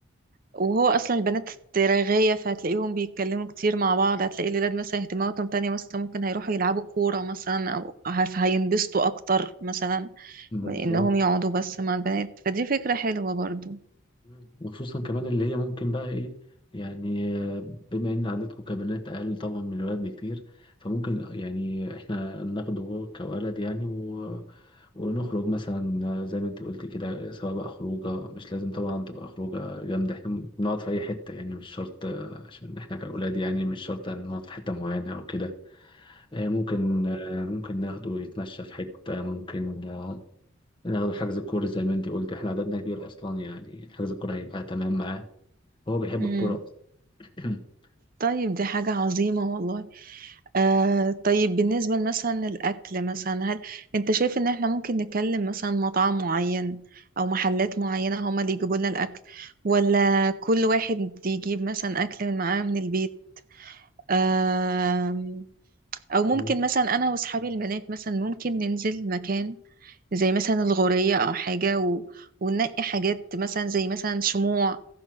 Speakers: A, on the right; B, on the left.
A: وهو أصلا البنات رغاية فهتلاقيهم بيتكلموا كتير مع بعض هتلاقي الولاد مثلا اهتماماتهم تانية مثلا ممكن هيروحوا يلعبوا كورة مثلا أو هف- هينبسطوا أكتر مثلا
B: بالظبط
A: من إنهم يقعدوا بس مع البنات فدي فكرة حلوة برضو
B: مم. وخصوصا كمان اللي هي ممكن بقى ايه يعني آه، بما ان عددكم كبنات اقل طبعا من الولاد بكتير فممكن يعني احنا ناخده كولد يعني و... ونخرج مثلا آه، زي ما انت قلت كده سواء بقى خروجه مش لازم طبعا تبقى خروجه جامده احنا بنقعد في اي حته يعني مش شرط آه، عشان احنا كاولاد يعني مش شرط نقعد في حته معينه او كده آه، ممكن آه، ممكن ناخده يتمشى في حته ممكن ناخد حجز الكورة زي ما انت قلت احنا عددنا كبير اصلا يعني حجز الكورة هيبقى تمام معاه هو بيحب
A: مم.
B: الكورة <coughs>
A: طيب دي حاجة عظيمة والله آه طيب بالنسبة مثلا الأكل مثلا هل أنت شايف إن إحنا ممكن نكلم مثلا مطعم معين أو محلات معينة هما اللي يجيبوا لنا الأكل ولا كل واحد يجيب مثلا أكل من معاه من البيت آه أو ممكن
B: مم.
A: مثلا أنا وأصحابي البنات مثلا ممكن ننزل مكان زي مثلا الغورية أو حاجة و... وننقي حاجات مثلا زي مثلا شموع